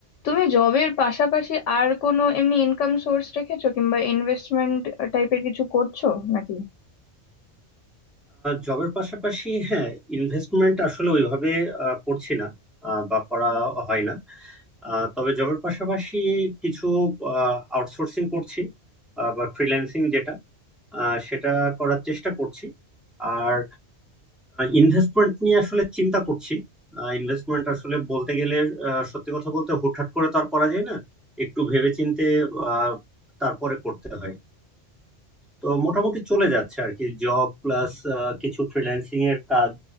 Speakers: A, on the left; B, in the centre.
A: তুমি জবের পাশাপাশি আর কোনো এমনি ইনকাম সোর্স রেখেছো কিংবা ইনভেস্টমেন্ট টাইপের কিছু করছো নাকি
B: জবের পাশাপাশি হ্যাঁ ইনভেস্টমেন্ট আসলে ওইভাবে আহ, করছি না আহ, বা করা হয় না আহ, তবে জবের পাশাপাশি কিছু আউটসোর্সিং করছি আহ, বা ফ্রিল্যান্সিং যেটা আহ, সেটা করার চেষ্টা করছি আর ইনভেস্টমেন্ট নিয়ে আসলে চিন্তা করছি ইনভেস্টমেন্ট আসলে বলতে গেলে আহ, সত্যি কথা বলতে হুটহাট করে তো আর করা যায় না একটু ভেবেচিন্তে আহ, তারপরে করতে হয় তো মোটামুটি চলে যাচ্ছে আর কি জব প্লাস কিছু ফ্রিল্যান্সিং এর কাজ